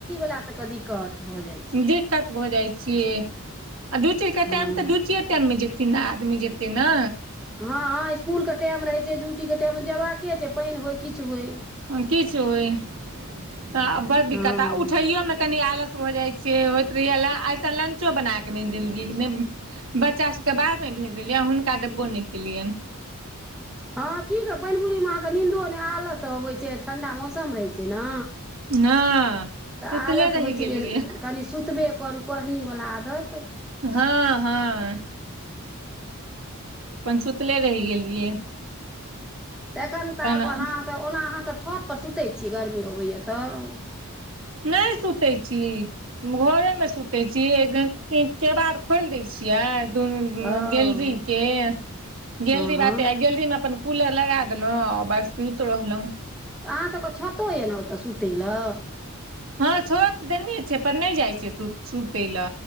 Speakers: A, in the centre; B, on the right.
A: <unintelligible> से क दिक्कत भऽ जाय छै।
B: दिक्कत भऽ जाइ छियै आ ड्यूटीके
A: हँ
B: टाइम तऽ द च। टाइममे जेतन ने, आदमी जेतै ने।
A: हँ हँ, स्कूलके टाइम रहै छै, ड्यूटीके टाइममे जेबाकै छै, पानि होय किछु होय।
B: किछुइ तऽ बड़ दिक्कत
A: हँ
B: आ उठैयोमे कनि आलस भऽ जाइ छै। से होइत तऽ एल आतल किछु बनाकऽ नहि देलियै, नहि बच्चा सभकेँ बादमे भेज देलियैनि, हुनका डब्बो नहि केलियैनि।
A: हँ, की कहू, पानिपुररीमे अहाँके निन्दो नहि, आलससँ अबैत छै, ठंडा मौसम रहै छै ने।
B: हँ
A: तऽ
B: सुतले
A: आलस
B: रहि
A: होइ
B: गेलियै
A: छै जे कनि सुतबे करू करढ़नीवला आदत।
B: हँ हँ सुतले रहि गेलियै
A: तऽ एखन तऽ
B: तहन
A: आब अहाँसभ ओना अहाँसभ छतपर सुतै छीयै, गर्मी अबैए तऽ।
B: नहि, सुतै छी घरेमे सुतै छी। केबाड़ खोलि दै छियै।
A: हँ
B: गैलरीके गैलरी
A: हँ हँ
B: बटे गैलरीमे अपन। कूलर लगा देलहुं आ बस सुत रहलहुं
A: तऽ अहाँसभके छतो यए ने ओतऽ सुतय ल
B: हँ छत देने छै पर नहि जाइ छैसुत सुतै ल